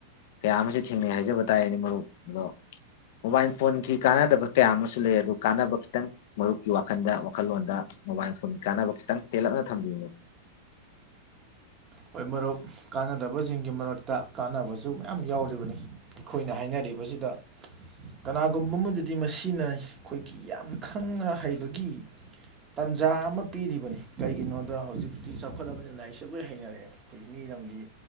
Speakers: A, on the left (about 60°); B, on the right (about 25°).
A: ꯀꯌꯥ ꯑꯃꯖꯦ ꯊꯦꯡꯅꯩ ꯍꯥꯏꯖꯕ ꯇꯥꯔꯦꯅꯦ ꯃꯔꯨꯞ ꯑꯗꯣ ꯃꯣꯕꯥꯏꯜ ꯐꯣꯟꯒꯤ ꯀꯥꯟꯅꯗꯕ ꯀꯌꯥ ꯑꯃꯁꯨ ꯂꯩ ꯑꯗꯨ ꯀꯥꯟꯅꯕ ꯈꯤꯇꯪ ꯃꯔꯨꯞꯀꯤ ꯋꯥꯈꯜꯗ ꯋꯥꯈꯜꯂꯣꯟꯗ ꯃꯣꯕꯥꯏꯜ ꯐꯣꯟ ꯀꯥꯟꯅꯕ ꯈꯤꯇꯪ ꯇꯦꯜꯂꯞꯅ ꯊꯝꯕꯤꯨꯣ
B: ꯍꯣꯏ ꯃꯔꯨꯞ ꯀꯥꯟꯅꯗꯕꯁꯤꯡꯒꯤ ꯃꯔꯛꯇ ꯀꯥꯅꯕꯁꯨ ꯃꯌꯥꯝ ꯌꯥꯎꯔꯤꯕꯅꯤ ꯑꯩꯈꯣꯏꯅ ꯍꯥꯏꯅꯔꯤꯕꯁꯤꯗ ꯀꯅꯥꯒꯨꯝꯕ ꯑꯃꯗꯗꯤ ꯃꯁꯤꯅ ꯑꯩꯈꯣꯏꯒꯤ ꯌꯥꯝ ꯈꯪꯅ ꯍꯩꯕꯒꯤ ꯇꯥꯟꯖꯥ ꯑꯃ ꯄꯤꯔꯤꯕꯅꯤ ꯀꯩꯒꯤꯅꯣꯗ ꯍꯧꯖꯤꯛꯇꯤ ꯆꯥꯎꯈꯠꯂꯕꯅꯤꯅ ꯂꯥꯏꯔꯤꯛ ꯖꯕꯩ ꯍꯩꯅꯔꯦ ꯑꯩꯈꯣꯏꯒꯤ ꯃꯤ ꯂꯝꯝꯒꯤ